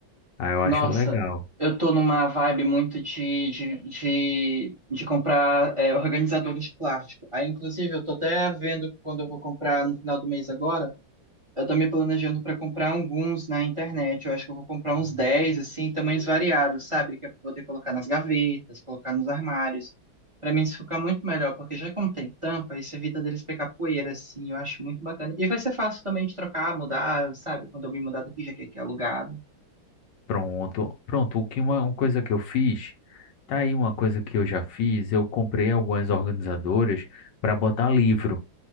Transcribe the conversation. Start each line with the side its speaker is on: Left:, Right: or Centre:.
Left: Aí eu
Right: Nossa,
Left: acho legal.
Right: eu tô numa vibe muito de, de, de, de comprar é, organizadores de plástico. Aí, inclusive, eu tô até vendo quando eu vou comprar no final do mês agora. Eu tô me planejando para comprar alguns na internet. Eu acho que eu vou comprar uns 10, assim, tamanhos variados, sabe? Que eu vou ter que colocar nas gavetas, colocar nos armários. Para mim isso fica muito melhor, porque já que não tem tampa, isso evita deles pegar poeira, assim. Eu acho muito bacana. E vai ser fácil também de trocar, mudar, sabe? Quando eu me mudar daqui, já que aqui é alugado.
Left: Pronto, pronto. O que uma, uma coisa que eu fiz, tá aí uma coisa que eu já fiz, eu comprei algumas organizadoras para botar livro.